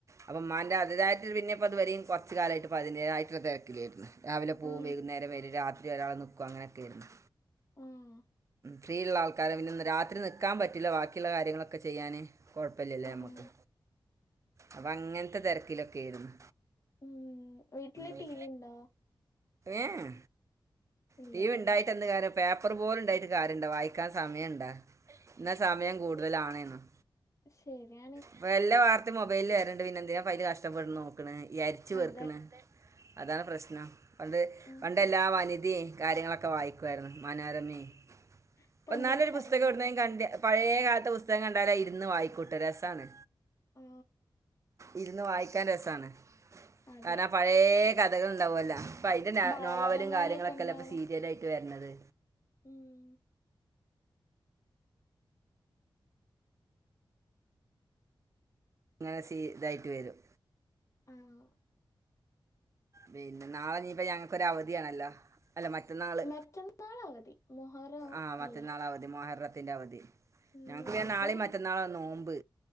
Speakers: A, on the right; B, on the left.
A: അപ്പൊമാന്റെ അതിതായിട്ട് പിന്നെപ്പോ ഇത് വരീം കുറച്ച് കാലായിട്ട ഇപ്പൊ അതിന്റേതായിട്ട്ള്ള തിരക്കിലായിരുന്നു. രാവിലെ പോവും
B: ആ
A: വൈകുന്നേരം വരും രാത്രി ഒരാൾ നിൽക്കും അങ്ങനൊക്കെ ആയിരുന്നു.
B: ഉം
A: ഫ്രീ ഉള്ള ആൾക്കാര പിന്ന രാത്രി നിക്കാൻ പറ്റില്ല ബാക്കിയുള്ള കാര്യങ്ങളൊക്കെ ചെയ്യാന്. കുഴപ്പില്ലല്ലേ നമ്മുക്ക്
B: ആ
A: അപ്പൊ അങ്ങൻത്തെ തിരക്കിലൊക്കെ ഏരുന്നു.
B: ഉം വീട്ടില്
A: ഏഹ്
B: ടി വി ഉണ്ടോ
A: ഏഹ്
B: ഇല്ലല്ലേ
A: ടിവി ഉണ്ടായിട്ടന്ത് കാര്യം പേപ്പർ പേലുണ്ടായിട് കാര്യണ്ടോ വായിക്കാൻ സമയം ണ്ടോ ഇന്ന സമയം കൂടുതലാണെനും.
B: ശരിയാണ്.
A: ഇപ്പ എല്ലാ വാർത്തയും മൊബൈലിൽ വരണണ്ട് പിന്നെ എന്തിനാ പയ്ല് കഷ്ടപ്പെട്ട് നോക്കണ ഈ അരിച്ചു പെർക്കണ്.
B: അതെ
A: അതാണ് പ്രശ്നം പണ്ട്
B: ഉം
A: പണ്ട് എല്ലാ വനിതയും കാര്യങ്ങളൊക്കെ വായിക്കുവായിരുന്നു മനോരമയും.
B: ഇപ്പൊ
A: ഇപ്പ
B: ഒന്നിനും
A: നാലൊരു
B: സമയല്ലേ
A: പുസ്തകം എവിടുന്നലും കണ്ട പഴയ കാലത്തെ പുസ്തകം കണ്ടാല ഇരുന്നു വായിക്കൂട്ട് രസണ്.
B: ആ
A: ഇരുന്ന് വായിക്കാൻ രസാണ്
B: അതെ
A: കാരണം പയേ കഥകൾ ഉണ്ടാവല്ല. പ്പഅയ്ന്റെ
B: ബാലരമയിലൊക്കെ
A: നോവലും കാര്യങ്ങളൊക്കെ
B: ഇണ്ടാവണേ
A: ല്ല ഇപ്പോ സീരിയലായിട്ട് വരണത്.
B: ഉം
A: ങ്ങനെ സീ ഇതായിട്ട് വരും.
B: ആഹ്
A: പിന്നെ നാളെ ഞ്ഞിപ്പ ഞങ്ങക്ക് ഒരു അവധിയാണല്ലോ. അല്ല മറ്റന്നാള്
B: മറ്റന്നാൾ അവധി മുഹറം
A: ആഹ്
B: അല്ലേ
A: മറ്റന്നാൾ അവതി മൊഹർറത്തിന്റെ അവധി.
B: ഉം
A: ഞങ്ങക്ക്
B: നമ്മക്കും
A: നാളി
B: ലീവ്
A: മറ്റന്നാളാ നോമ്പ്